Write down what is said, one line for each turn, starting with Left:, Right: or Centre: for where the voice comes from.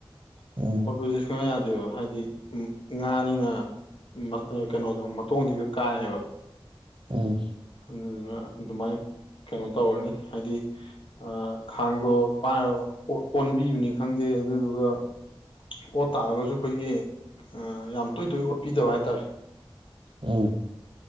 Right: ꯎꯝ
Left: ꯑꯣꯠꯄꯁꯦ ꯁꯨꯡꯌꯥ-ꯌꯥ ꯗꯦꯕ ꯍꯥꯏꯗꯤ ꯎꯝ ꯉꯥꯅꯤꯅ ꯎꯝ ꯃꯥ ꯀꯩ-ꯀꯩꯅꯣꯗꯣ ꯃꯇꯣꯡꯘꯣ ꯍꯦꯛꯇ ꯀꯥꯏꯌꯦꯕ
Right: ꯑꯝ
Left: ꯑꯗꯨꯗꯨꯅ ꯑꯗꯨꯃꯥꯏꯅ ꯀꯩꯅꯣ ꯇꯧꯔꯅꯤ ꯍꯥꯏꯗꯤ ꯑꯥ ꯈꯥꯡꯗꯣ ꯄꯥꯏꯔꯒ ꯑꯣꯠ ꯑꯣꯟꯕꯤꯕꯅꯤ ꯈꯪꯗꯦ ꯑꯗꯨꯗꯨꯒ ꯑꯣꯠ ꯇꯥꯔꯒꯁꯨ ꯑꯩꯈꯣꯏꯒꯤ ꯑꯥ ꯌꯥꯝ ꯇꯣꯏ ꯇꯣꯏ ꯑꯣꯠꯄꯤꯗꯕ ꯍꯥꯏꯇꯥꯔꯦ
Right: ꯎꯝ